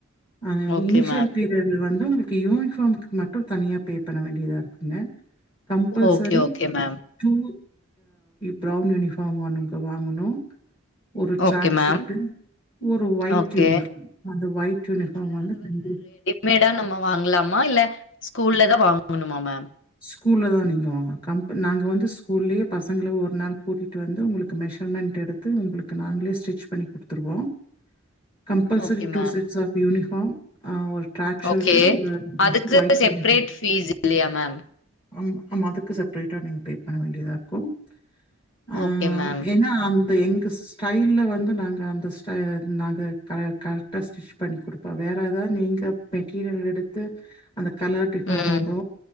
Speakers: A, on the left; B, on the left.
A: ஆ
B: ஓகே
A: இனிஷியல்
B: மேம்
A: பே அதுல வந்து உங்களுக்கு யூனிஃபார்ம்க்கு மட்டும் தனியா பே பண்ண வேண்டியதா இருக்குங்க compulsory
B: okay okay ma'am
A: two brown uniform ஒண்ணு வாங்கணும் ஒரு ட்ரக்
B: ஓகே மேம்
A: ஷீட் ஒரு ஒயிட்
B: ஓகே
A: யூனிஃபார்ம் அந்த ஒயிட் யூனிஃபார்ம் வந்து கண்டி
B: மேடா நம்ம வாங்கலாமா இல்ல ஸ்கூல்ல தா வாங்கணுமா மேம்
A: ஸ்கூல்ல தா நீங்க வாங்கனு கம்பள் நாங்க வந்து ஸ்கூல்லயே பசங்கள ஒரு நாள் கூட்டிட்டு வந்து உங்களுக்கு மெஷர்மெண்ட் எடுத்து உங்களுக்கு நாங்களே ஸ்டிச் பண்ணி குடுத்துருவோம் compulsory
B: okay
A: two
B: ma'am
A: sets of uniform ஆ ஒரு ட்ராக் ஷூட்டு
B: ஓகே
A: ஒரு
B: அதுக்கு
A: ஒயிட்
B: செப்ரேட்
A: யூனிஃபார்ம்
B: ஃபீஸ் இல்லையா மேம்
A: ஆ ஆமா அதுக்கு செப்ரேட்டா நீங்க பே பண்ண வேண்டியதாக இருக்கும் ஆ
B: ஓகே மேம்
A: ஏன்னா அந்த எங்க டைல வந்து நாங்க அந்த ஸ்டை நாங்க கரெக்டாக ஸ்டிச் பண்ணி குடுப்போம் வேறு ஏதாவது நீங்க மெட்டீரியல் எடுத்து அந்த கலர் டிஃபர்
B: ம்
A: ஆகும்